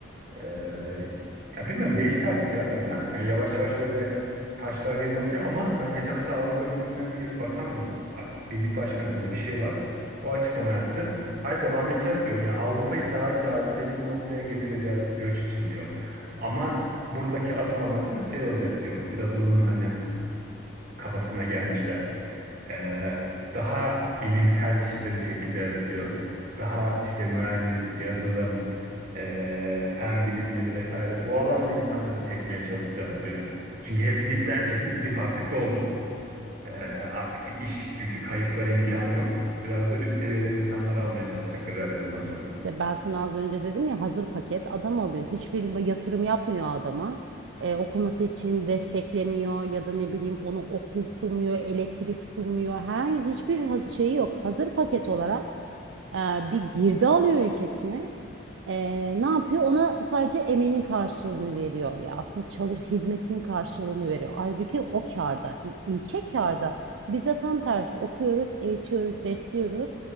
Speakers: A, on the right; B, on the right.
A: Ee, ya bilmiyorum değişti artık ya dünya. Yani yavaş yavaş böyle taşlar yerine oturuyor ama ben geçen mesela Avrupa Birliği'nden bir bakan mı artık birlik başkanı mı diye bir şey var. O açıklama yaptı. Hayır devam edeceğiz diyor. Yani Avrupa'yı daha cazibeli bir noktaya getireceğiz göç için diyor. Ama buradaki asıl amacımız şey olacak diyor. Biraz onun hani kafasına gelmişler. Ee, daha bilimsel kişileri çekeceğiz diyor. Daha işte mühendis, yazılım, ee, fen bilimleri vesaire bu alanda insanları çekmeye çalışacağız diyor. Çünkü hep dipten çektik, dip artık doldu. Ee, artık bir iş gücü kayıpları imkanı yok. Biraz da üst seviyeden insanlar almaya çalışacaklar herhalde bundan sonra.
B: İşte ben sana az önce dedim ya hazır paket adam alıyor. Hiçbir yatırım yapmıyor adama. Ee, okuması için desteklemiyor ya da ne bileyim onu okul sunmuyor, elektrik sunmuyor. Her hiçbir hazır şeyi yok. Hazır paket olarak e, bir girdi alıyor ülkesine. E, ne yapıyor? Ona sadece emeğinin karşılığını veriyor ya. Aslında çalış hizmetinin karşılığını veriyor. Halbuki o kârda, ü- ülke kârda. Biz de tam tersi okuyoruz, eğitiyoruz, besliyoruz.